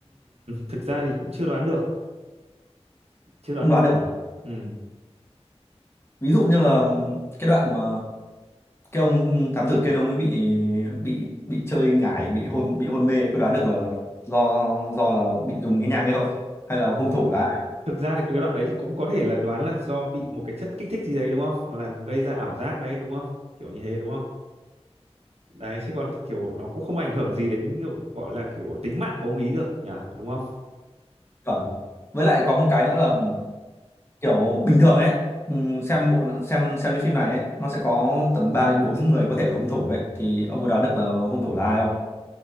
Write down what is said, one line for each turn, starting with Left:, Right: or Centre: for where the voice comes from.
Right: Thực ra thì cũng chưa đoán được. Chưa đoán
Left: Không
Right: được.
Left: đoán được à?
Right: Ừm,
Left: Ví dụ như là cái đoạn mà cái ông thám tử Kiên ông ấy bị bị bị chơi ngải, bị hôn bị hôn mê ấy, có đoán được là do do là bị dùng cái nhang hay không? Hay
Right: Có
Left: là hung thủ là
Right: Thực ra thì cái đoạn đấy thì cũng có thể là đoán là do bị một cái chất kích thích gì đấy đúng không? Làm gây ra ảo giác đấy đúng không? Kiểu như thế đúng không? Đấy chứ còn kiểu nó cũng không ảnh hưởng gì đến kiểu gọi là kiểu tính mạng của ông ý được nhỉ, đúng không?
Left: chuẩn với lại có một cái nữa là kiểu bình thường ấy ừm, xem bộ xem xem cái phim này ấy nó sẽ có tầm 3 đến 4 người có thể là hung thủ ấy thì ông có đoán được là hung thủ là ai không